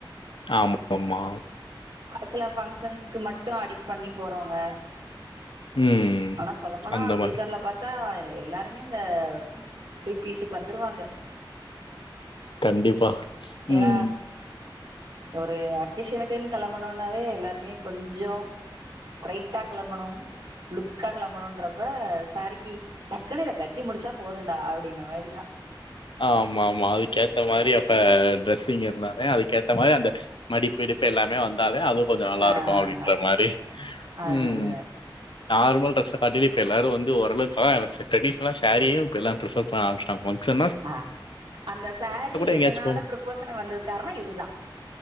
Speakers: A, on the left; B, on the right.
A: ஆமாமா
B: சில ஃபங்ஷன்ஸ்க்கு மட்டு அடிட் பண்ணி போறவ்ங்க
A: ம்.
B: ஆனா சொல்லப்போனா
A: அந்த
B: ஃப்யூச்சர்ல
A: மாரி.
B: பாத்தா எல்லாருமே இந்த ப்ரீ ப்லீட்டுக்கு வந்துருவாங்க
A: கண்டிப்பா
B: ஏன்னா
A: உம்
B: ஒரு அக்கேஷனுக்குன் கெளம்பனுனாவே எல்லாருமே கொஞ்சோ பிரைட்டா கெளம்பனும் லுக்கா கெளம்பணுன்றப்ப சாரீக்கு டக்குனு இத கட்டி முடிச்சா போதுன்டா அப்டின மாரிதா
A: ஆ ஆமாம்மா அதுக்கேத்த மாரி அப்ப ட்ரெஸ்ஸிங் இருந்தானே அதுக்கேத்த மாரி அந்த மடிப்பிடிப்பு எல்லாமே வந்தாவே அது கொஞ்சோ நல்லாருக்கூ
B: ஆ
A: அப்டின்ற மாரி
B: அதனால
A: உம் நார்மல் ட்ரெஸ்ஸ காட்டிலு இப்ப எல்லாரு வந்து ஓரளவு இப்பதா ட்ரெடிஷ்னல்லா சாரியே இப்ப எல்லா ப்ரிஃபர் பண்ண ஆரமிச்சுட்டாங்க <unintelligible>
B: அ அந்த சாரி
A: எங்கயாச்சு
B: எதனால
A: போம்
B: ப்ரபோசனா வந்தது காரணோ இதுதா